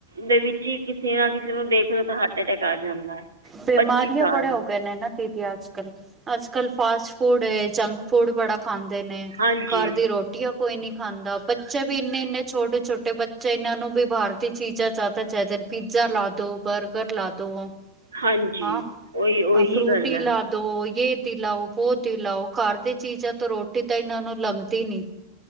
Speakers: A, on the right; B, on the right.
A: ਦੇ, ਵਿੱਚ ਹੀ ਕਿਸੇ ਨਾ ਕਿਸੇ ਨੂੰ ਦੇਖ ਲਓ ਤਾਂ ਹਾਰਟ ਅਟੈਕ ਆ ਜਾਂਦਾ ਹੈ।
B: ਬਿਮਾਰੀਆਂ
A: ਸਾਲ
B: ਬੜੇ ਹੋ ਗਏ ਨੇ ਨਾ ਦੀਦੀ, ਅੱਜ ਕਲ ਅੱਜ ਅੱਜ ਕੱਲ ਫਾਸਟ ਫੂਡ, ਜੰਕ ਫੂਡ, ਬੜਾ ਖਾਂਦੇ ਨੇ
A: ਹਾਂਜੀ
B: ਘਰ ਦੀ ਰੋਟੀ ਕੋਈ ਨੀ ਖਾਂਦਾ ਬੱਚੇ ਵੀ ਇੰਨੇ, ਇੰਨੇ ਛੋਟੇ ਛੋਟੇ ਬੱਚੇ ਇਹਨਾਂ ਨੂੰ ਵੀ ਬਾਹਰ ਦੀ ਚੀਜਾਂ ਜਿਆਦਾ ਚਾਹੀਦਾ। ਪੀਜ਼ਾ ਲਾ ਦੋ ਬਰਗਰ ਲਾ ਦੋ।
A: ਹਾਂਜੀ
B: ਹਾਂ ਫਰੂਟੀ
A: ਗੱਲ ਹੈ
B: ਲਾ ਦੋ ਯ ਦੀ ਲਓ, ਬੋ ਦੀਲਾਓ, ਘਰ ਦੀ ਚੀਜ਼ਾਂ ਤੋਂ ਰੋਟੀ ਤਾਂ ਇਹਨਾਂ ਨੂੰ ਲੰਘਦੀ ਨੀ।